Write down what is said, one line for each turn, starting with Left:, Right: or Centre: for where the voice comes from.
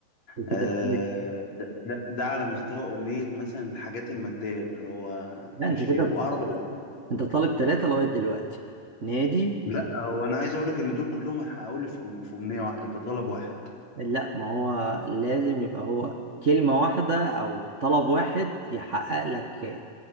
Right: من
Left: آه
Right: كده اتنين.
Left: ده, ده, ده على مستوى أمنية مثلا الحاجات المادية اللي هو
Right: لا
Left: يشتري
Right: انت كده
Left: وعربية
Right: انت طالب ثلاثة لغاية دلوقتي نادي
Left: لا هو أنا عايز أقول لك إن دول كلهم هيحققوا لي في أم- في أمنية واحدة ده طلب واحد
Right: لا ما هو لازم يبقى هو كلمة واحدة أو طلب واحد يحقق لك